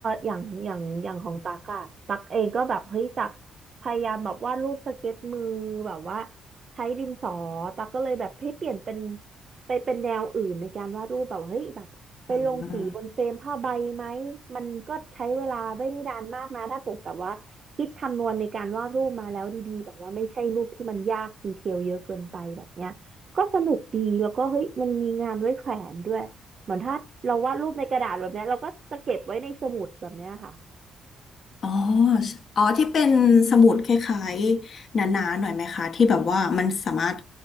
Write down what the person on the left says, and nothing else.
อ่า
อ๋ออ๋อที่เป็นสมุดคล้ายๆหนาๆหน่อยไหมคะที่แบบว่ามันสามารถ